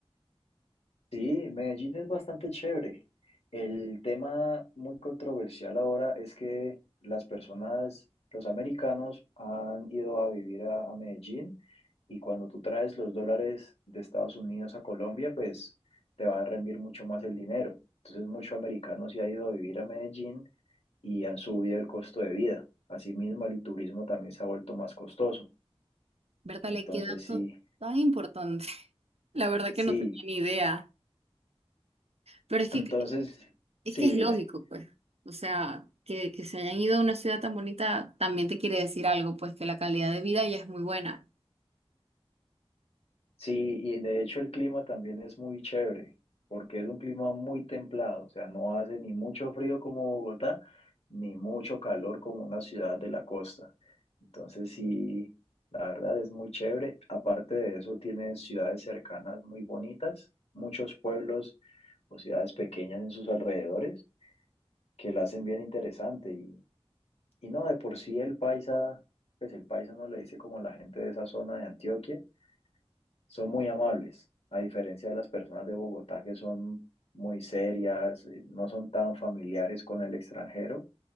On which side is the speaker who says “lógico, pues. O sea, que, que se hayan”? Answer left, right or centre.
Right